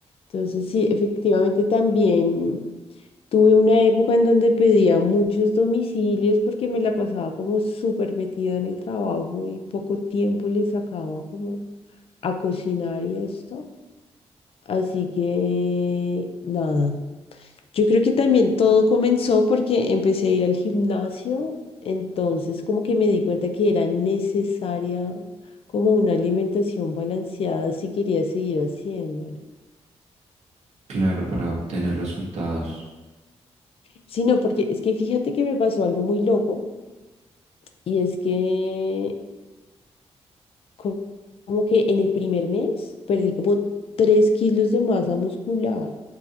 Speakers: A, on the left; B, on the right.
A: Entonces, sí, efectivamente también. Tuve una época en donde pedía muchos domicilios porque me la pasaba como súper metida en el trabajo y poco tiempo le sacaba como a cocinar y esto. Así que nada, yo creo que también todo comenzó porque empecé a ir al gimnasio, entonces como que me di cuenta que era necesaria como una alimentación balanceada si quería seguir haciéndolo.
B: Claro, para obtener resultados.
A: Sí, no, porque es que fíjate que me pasó algo muy loco y es que co- como que en el primer mes perdí como 3 kilos de masa muscular.